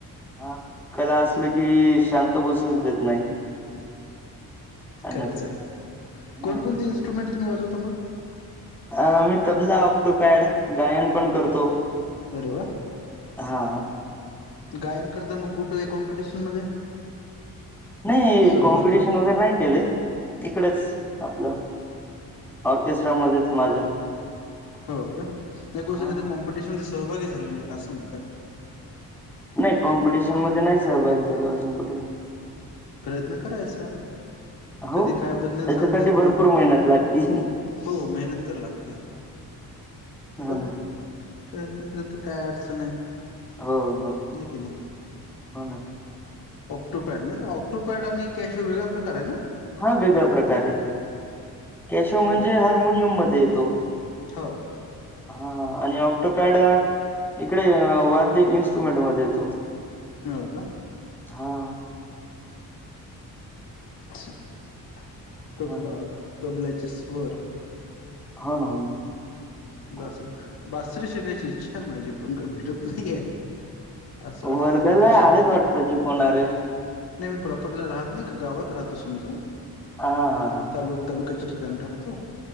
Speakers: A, in the centre; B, on the left.
A: हा कला असलं की शांत बस देत नाही अन
B: खरंच आहे
A: हा
B: कोणकोणते इन्स्ट्रुमेंट तुम्ही वाजवता मग
A: अ मी तबला ऑक्टोपॅड गायन पण करतो
B: अरे वा
A: हा
B: गायन करता मग कुठे आहे कॉम्पिटिशन मध्ये
A: नाही
B: सहभागी
A: कॉम्पिटिशन वगैरे नाही केले इकडेच आपलं ऑर्केस्ट्रामध्येच माझ्या
B: होओके नाही क
A: हा.
B: का कॉम्पिटिशन दिस सहभागी झाले नाही का असं म्हणतय
A: नाही कॉम्पिटिशन मध्ये नाही सहभागी झालो अजून कुठे
B: प्रयत्न करायचा
A: हो
B: कधी काय
A: त्याच्यासाठी
B: बदलेन सांगता येत
A: भरपूर
B: नाही
A: मेहनत लागते
B: हो मेहनत तर लागते
A: हो
B: पण
A: ना
B: प्रयत्न केला तर काय अडचण आहे
A: हो हो
B: नाही की नाही
A: हो ना.
B: ऑक्टोपॅड नाही का ऑक्टोपॅड आणि कॅश व वेगळा प्रकार आहे ना
A: हा वेगळा प्रकारे कॅशो म्हणजे
B: हो
A: हार्मोनियम मध्ये येतो
B: हो
A: हा आणि ऑक्टोपॅड इकडे वाद्य इन्स्ट्रुमेंट मध्ये येतो
B: हो का
A: हा
B: ग
A: हा
B: तबला तबल्याचे स्वर
A: होन हो ना
B: बासरी बासरी शिकायची इच्छा आहे माझी पण का भेटत नाहीये असं वाटते
A: वर्ध्याला
B: काहीतरी शिकाव
A: आहेत वाटतं क कोणारे
B: नाही मी प्रॉपर्टीला राहत नाही का गावात राहतो समजा
A: हा हा हा
B: तल तालुक्याचे ठिकण राहतो